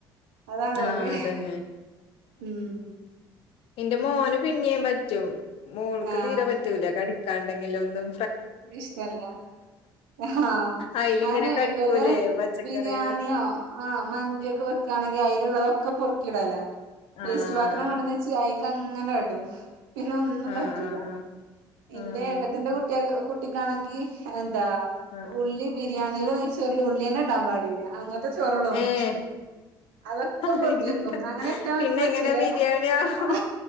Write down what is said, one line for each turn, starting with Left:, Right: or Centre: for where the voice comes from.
Right: അതാണ് ഓല്
Left: ആ അതന്നെ
Right: ഉം
Left: ഇന്റെ മോന് പിന്നെയും പറ്റും മോൾക്ക്
Right: ആഹ്
Left: തീരെ പറ്റൂല കടി കണ്ടെങ്കിലൊന്നും
Right: ഇഷ്ടല്ല ആ
Left: അയിലിങ്ങനെ
Right: അതന്നെ
Left: കടിക്കൂലേ
Right: വല്ല
Left: പച്ചക്കറികള്
Right: ബിരിയാണിയോ ആ മന്തിയൊക്കെ വെക്കാണെങ്കി അയ് ല്ള്ളതൊക്കെ പൊർക്കിടലാ വേസ്റ്റ്
Left: ആഹ്
Right: പാത്രം ആണെന്ന് വെച്ച് അയ് ത്തങ്ങനെ എടും പിന്നെ ഒന്നും
Left: ആഹ്
Right: പറ്റീല്ല
Left: ആഹ് ആഹ്
Right: ഇന്റെ
Left: ആഹ്
Right: ഏട്ടത്തിന്റെ കു എ കുട്ടിക്കാണെങ്കി ഹെ ന്താ
Left: ആഹ്
Right: ഉള്ളി ബിരി ബിരിയാണിയിലും നെയ്‌ച്ചോറിലും ഉള്ളിയെന്നെ ഇടാൻ പാടില്ല അങ്ങൻ ൻതേ ചോറൊള്ളു ഓൻക്കിഷ്ടം
Left: ഏഹ്
Right: അതൊക്കെ കൊർച്ചേക്കും
Left: പിന്നെന്താ
Right: അങ്ങനെ ഇട്ടാ
Left: പിന്നെ
Right: ഓൻക്ക് പറ്റൂല
Left: എങ്ങനെ ബിരിയാണിയാവും
Right: ആ